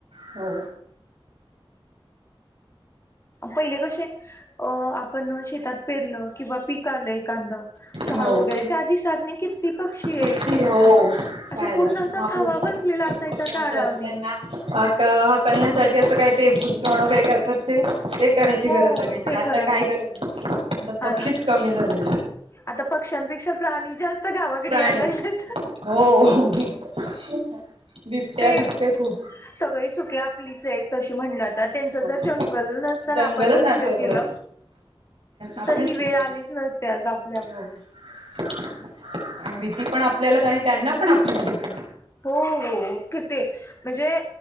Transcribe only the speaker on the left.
पहिले कसे अ आपण ना शेतात पेरलं किंवा पीक आलंय एकांद शाळू
वगैरे
ते आधी साध नाही किती पक्षी
यायचे
असं पूर्ण असा
थवा बस सलेला असायचा
तारावनी.
हो
ते
कराय
हा
ना
आता पक्ष्यांपेक्षा प्राणी जास्त गावाकडे
यायला लागलेत.
ते
सगळी चुकी आपलीच आहे तशी म्हणली तर त्यांचं
जर जंगल नसताना
आपण नष्ट
केलं
तर ही वेळ
आलीच
नसते आज आप.
हो हो किती म्हणजे